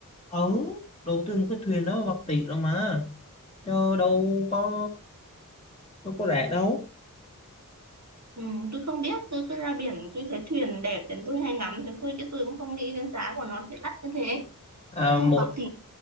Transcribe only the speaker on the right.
ừ, tôi không biết tôi cứ ra biển tôi thấy thuyền đẹp đến tôi hay ngắm thế thôi chứ tôi cũng không nghĩ đến giá của nó sẽ đắt như thế
theo
bạc tỷ